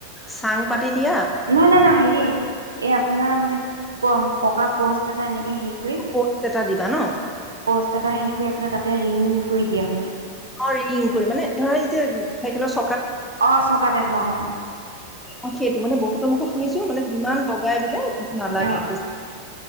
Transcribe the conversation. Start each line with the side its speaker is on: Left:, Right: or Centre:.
Centre: চাং পাতি দিয়া।
Right: নহয় নহয় নহয় হেৰি এই আপোনাৰ মানে প পকা প'ষ্ট এটা এনেক। সেইটোৱে।
Centre: প'ষ্ট এটা দিবা ন।
Right: প'ষ্ট এটা হে কৰি আপোনাৰ তাতে ৰিং কৰি দিয়ে মানে।
Centre: অ ৰিং কৰি ধৰা এতিয়া।
Right: অঁ চকা টাইপৰ অঁ।
Centre: অঁ, সেইটো মানে বহুতৰ মুখত শুনিছো মানে ইমান বগাই বোলে। নালাগে।
Right: অ',